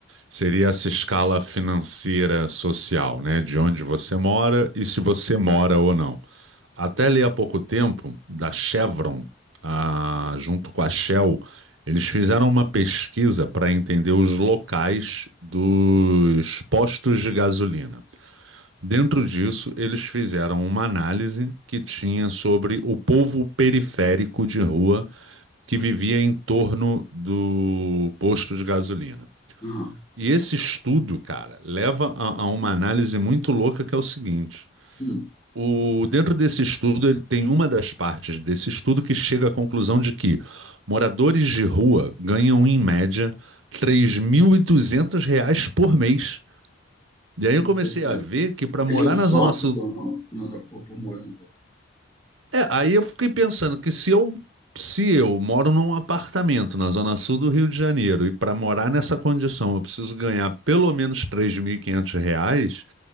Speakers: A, on the right; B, on the left.
A: seria essa escala financeira social, né? De onde você mora e se você mora ou não. Até ali há pouco tempo, da Chevron, ah, junto com a Shell, eles fizeram uma pesquisa para entender os locais dos postos de gasolina. Dentro disso, eles fizeram uma análise que tinha sobre o povo periférico de rua que vivia em torno do posto de gasolina.
B: Aham.
A: E esse estudo, cara, leva a, a uma análise muito louca que é o seguinte.
B: Hum.
A: O, dentro desse estudo, ele tem uma das partes desse estudo que chega à conclusão de que moradores de rua ganham, em média, 3.200 reais reais por mês. E aí
B: Interessante.
A: eu comecei a ver que para
B: Eles
A: morar na Zona
B: optam
A: Sul.
B: na- na- por, por morar no
A: É, aí eu fiquei pensando que se eu, se eu moro num apartamento na Zona Sul do Rio de Janeiro e para morar nessa condição eu preciso ganhar pelo menos 3.500 reais.